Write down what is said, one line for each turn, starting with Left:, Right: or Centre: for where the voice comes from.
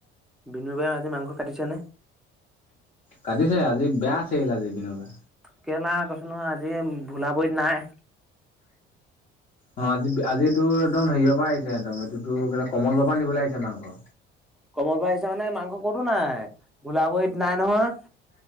Centre: বিনু বায় আজি মাংস কাটিছে নে
Left: কাটিছে আজি বেয়া আছিল আজি বিনোবা
Centre: কেৰেলা কৈছ নহ আজি ভোলাবৰিত নাই
Left: অ আজি আজিটো একদম হেৰিয়ৰ পৰা আহিছে একদম এইটোতো কেলে কমলৰ পৰা নিবলৈ আহিছে মাংস
Centre: কমল পাই মানে মাংস ক'তো নাই গোলাবৰিীত নাই নহয়